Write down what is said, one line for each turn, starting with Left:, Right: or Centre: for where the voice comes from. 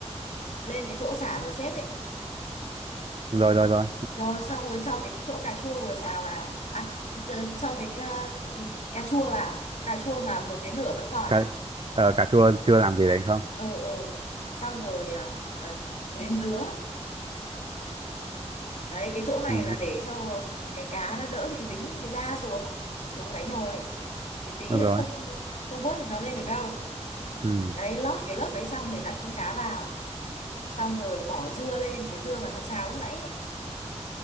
Left: lên cái chỗ sả vừa xếp ấy
Right: Rồi rồi rồi.
Left: rồi xong rồi cho cái chỗ cà chua vừa xào vào à ch- cho cái cà, cà chua vào cái cà chua mà một cái nửa vẫn còn
Right: Cả
Left: ấy
Right: ờ, cà chua chưa làm gì đấy không?
Left: ừ ừ xong rồi à, à, đến dứa đấy cái chỗ này
Right: Ừ.
Left: là để cho cái cá nó đỡ bị dính cái da xuống xuống đáy nồi thì tí
Right: Được
Left: lại
Right: rồi.
Left: không không vớt được nó lên được đâu
Right: Ừ.
Left: đấy lót cái lớp đấy xong rồi đặt con cá vào xong rồi bỏ dưa lên cái dưa mà xào xào lúc nãy